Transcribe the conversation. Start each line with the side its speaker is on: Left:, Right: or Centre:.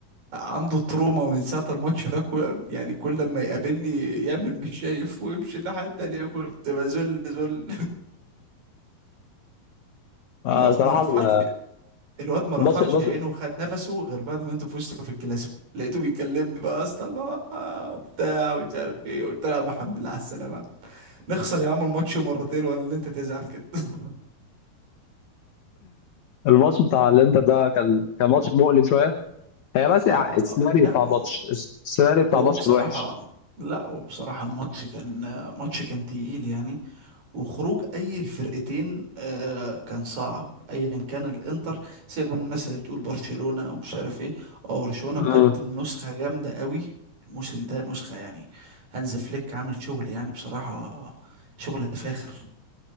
Right: عنده تروما من ساعة الماتش ده كل يعني كل لما يقابلني يعمل مش شايف ويمشي الناحية التانية كنت بذل ذل
Left: آه
Right: <laughs> ما
Left: صراحه
Right: ما رفعش
Left: ال-
Right: الواد ما رفعش
Left: الماتش الماتش
Right: عينه وخد نفسه غير بعد ما انتوا فزتوا في الكلاسيكو لقيته بيكلمني بقى يا اسطى اللي هو آه، بتاع ومش عارف ايه قلت له يا عم الحمد لله على السلامه نخسر يا عم الماتش مرتين ولا اللي انت تزعل كده <laughs>
Left: الماتش بتاع الانتر ده كان كان ماتش مؤلم شويه هي بس يعني
Right: آه
Left: السيناريو
Right: لا
Left: بتاع
Right: هو
Left: الماتش الس- السيناريو بتاع
Right: هو
Left: الماتش
Right: بصراحه
Left: كان وحش
Right: لا هو بصراحه الماتش كان ماتش كان تقيل يعني وخروج اي الفرقتين آه كان صعب ايا كان الانتر سيبك بقى من الناس اللي بتقول برشلونة ومش عارف ايه او برشلونة
Left: امم
Right: مقدم نسخة جامدة قوي الموسم ده نسخة يعني هانز فليك عامل شغل يعني بصراحة شغل فاخر